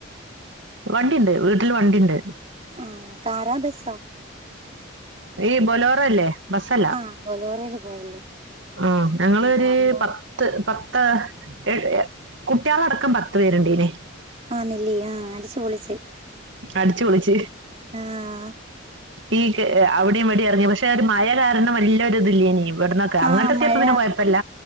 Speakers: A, on the right; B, on the right.
A: വണ്ടിണ്ട് വീട്ടില് വണ്ടിണ്ട്.
B: ആ കാറാ ബെസ്സാ
A: ഈ ബൊലോറല്ലേ ബസ്സല്ല
B: ആ ബൊലോറെല് പോയല്ലേ
A: ആ ഞങ്ങളൊര്
B: ആ അമ്മ
A: പത് ത്ത് പത്ത് എഴ് കുട്ട്യാളടക്കം പത്ത്പേര്ണ്ടെയ്ന്
B: ആന്ന്ല്ലെ ആ അട്ച്ച് പൊളിച്ച്
A: അട്ച്ച് പൊളിച്ച്
B: ആഹ്
A: ഈ ക്ക് അവടിം ഇവടിം എർങ്ങി പഷെ ഒരു മഴ കാരണം വല്ലൊരു ഇത് ല്യയ്നു ഇവിട്ന്നൊക്കെ
B: ആ
A: അങ്ങട്ട് എത്തിയപ്പൊ
B: മഴ
A: പിന്നെ കൊഴപ്പല്ല.